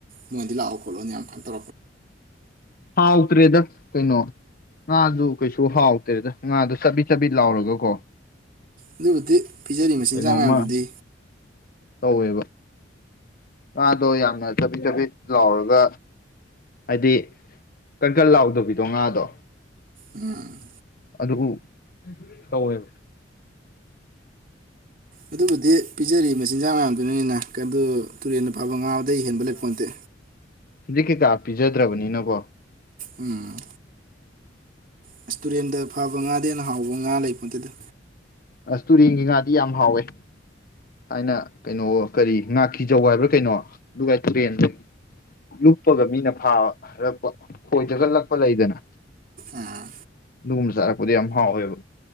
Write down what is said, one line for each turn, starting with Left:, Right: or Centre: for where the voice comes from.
Right: ꯃꯣꯏꯗꯤ ꯂꯥꯛꯑꯣ ꯈꯣꯂꯣꯅ ꯌꯥꯝ ꯈꯜꯂꯤ
Left: ꯍꯥꯎꯇ꯭ꯔꯦꯗ ꯀꯩꯅꯣ ꯉꯥꯁꯨ ꯀꯩꯁꯨ ꯍꯥꯎꯇ꯭ꯔꯦꯗ ꯉꯥꯗꯣ ꯆꯥꯕꯤ ꯆꯥꯕꯤ ꯂꯥꯎꯔꯒꯀꯣ
Right: ꯑꯗꯨ ꯍꯧꯗꯤ ꯄꯤꯖꯔꯤꯕ ꯃꯆꯤꯟꯖꯥꯛ
Left: ꯀꯩꯅꯣꯝꯃ
Right: ꯃꯌꯥꯝꯗꯨꯗꯤ
Left: ꯇꯧꯋꯦꯕ ꯉꯥꯗꯣ ꯌꯥꯝꯅ ꯆꯄꯤꯠ ꯆꯕꯤꯠ ꯂꯥꯎꯔꯒ ꯍꯥꯏꯗꯤ ꯀꯟꯀꯟ ꯂꯥꯎꯗꯕꯤꯗꯣ ꯉꯥꯗꯣ
Right: ꯎꯝ
Left: ꯑꯗꯨꯕꯨ ꯀꯧꯋꯦꯕ
Right: ꯑꯗꯨꯕꯨꯗꯤ ꯄꯤꯖꯔꯤꯕ ꯃꯆꯤꯟꯖꯥꯛ ꯃꯌꯥꯝꯗꯨꯅꯅꯤꯅ ꯇꯨꯔꯦꯜꯟꯅ ꯐꯕ ꯉꯥꯕꯗꯒꯤ ꯍꯦꯟꯕ ꯂꯩꯄ ꯅꯠꯇꯦ
Left: ꯍꯧꯖꯤꯛ ꯀꯩꯀꯥ ꯄꯤꯖꯗ꯭ꯔꯕꯅꯤꯅꯀꯣ
Right: ꯎꯝ ꯔꯁꯇꯨꯔꯦꯟꯗ ꯐꯕ ꯉꯥꯗꯦꯅ ꯍꯥꯎꯕ ꯉꯥ ꯂꯩꯕ ꯑꯗꯨꯗ
Left: ꯑꯁ ꯇꯨꯔꯦꯟꯒꯤ ꯉꯥꯗꯤ ꯌꯥꯝ ꯍꯥꯎꯋꯦ ꯊꯥꯏꯅ ꯀꯩꯅꯣ ꯀꯔꯤ ꯉꯥꯀꯤꯤꯖꯧ ꯍꯥꯏꯕ꯭ꯔꯥ ꯀꯩꯅꯣ ꯑꯗꯨꯒ ꯇꯨꯔꯦꯟꯗ ꯂꯨꯞꯄꯒ ꯃꯤꯅ ꯐꯥꯕꯔꯛꯄ ꯈꯣꯏ ꯆꯒꯠꯂꯛꯄ ꯂꯩꯗꯅ
Right: ꯑꯥ
Left: ꯑꯗꯨꯒꯨꯝꯕ ꯆꯥꯔꯛꯄꯗ ꯌꯥꯝ ꯍꯥꯎꯋꯦꯕ